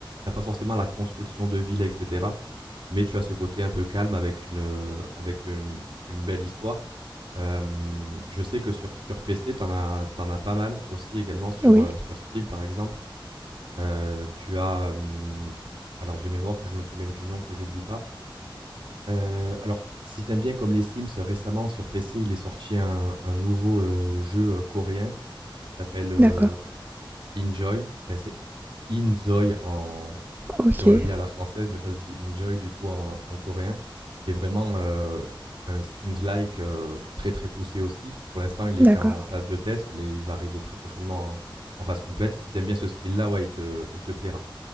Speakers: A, on the right (about 70°); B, on the right (about 20°).
A: tu pas forcément la construction de ville et cetera, mais tu as ce côté un peu calme avec une, heu, avec une une belle histoire. Hem, je sais que sur sur PC, tu en as t'en as pas mal aussi également sur,
B: Oui,
A: heu, sur Steam, par exemple. Heu, tu as, hem, alors de mémoire que je me souvienne du nom, que j'oublie pas, Heu, alors, si t'aimes bien comme les Sims, récemment sur PC, il est sorti un un nouveau, heu, jeu, heu, coréen qui s'appelle, heu,
B: d'accord,
A: Enjoy. Enfin, c'est Inzoï en
B: ok.
A: si on le lit à la française, mais ça se dit Enjoy du coup en en coréen. Qui est vraiment, heu, un Sims-like, heu, très, très poussé aussi. Pour l'instant, il est
B: D'accord,
A: qu'en phase de test, mais il va arriver très prochainement en en phase complète. Et Si t'aimes bien ce style-là, ouais, il te il te plaira.